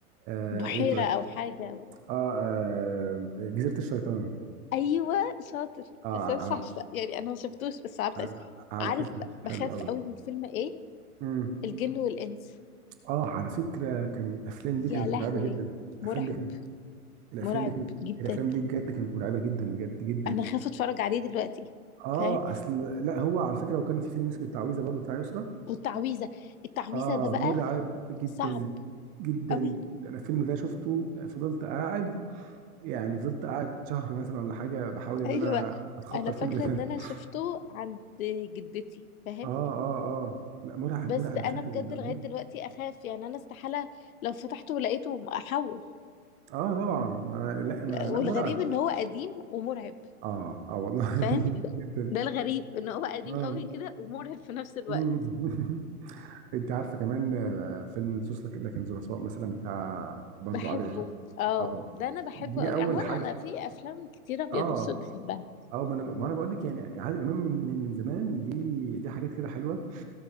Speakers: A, on the right; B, on the left.
A: آه
B: بحيرة
A: ايه طيب
B: او حاجة
A: اه, آه جزيره الشيطان
B: ايوه شاطر
A: اه
B: بس انا مش
A: على
B: عارفة يعني انا ما شفتوش بس عارفة
A: على,
B: اسمه
A: على
B: عارف
A: فكره
B: ب- بخاف
A: حلو قوي
B: قوي من فيلم ايه
A: امم
B: الجن والانس
A: اه على فكره كان الافلام
B: يا
A: دي كانت
B: لهوي
A: مرعبه جدا الافلام
B: مرعب
A: دي كانت الافلام
B: مرعب
A: دي كانت
B: جدا
A: الافلام دي بجد كانت مرعبه جدا بجد جدا
B: انا خايفة اتفرج عليه دلوقتي
A: اه
B: فاهم
A: اصل لا هو على فكره وكان في فيلم اسمه التعويذه برضو بتاع يسرا
B: والتعويذة التعويذة
A: اه
B: ده بقى
A: مرعب جدا
B: صعب
A: جدا
B: قوي
A: انا الفيلم ده شفته فضلت قاعد يعني فضلت قاعد شهر مثلا ولا حاجه بحاول ان
B: ايوه
A: انا اتخطى
B: انا فاكره
A: الفيلم ده
B: ان انا
A: <laughs>
B: شفته عند جدتي فاهم
A: اه اه اه لا مرعب
B: بس
A: مرعب
B: انا
A: بشكل
B: بجد لغايه
A: رهيب
B: دلوقتي اخاف يعني انا استحاله لو فتحته لقيته احول
A: اه طبعا ما أنا لا انا
B: والغريب
A: لا مرعب
B: ان هو قديم ومرعب
A: اه اه والله
B: فاهم
A: <laughs>
B: ده
A: جدا
B: ده الغريب ان هو قديم
A: اه
B: قوي كده ومرعب في نفس الوقت
A: <laughs> غريب انت عارفه كمان آه، فيلم لصوص لك- لكن ظرفاء مثلا بتاع برضو
B: بحبه
A: عادل امام
B: اه
A: اه
B: ده انا بحبه
A: دي
B: قوي
A: اول
B: عموما
A: حاجه
B: انا في افلام كتيره ابيض
A: اه
B: واسود بحبها
A: اه ما انا ما انا بقول لك يعني عادل امام من من من زمان ليه ليه حاجات كده حلوه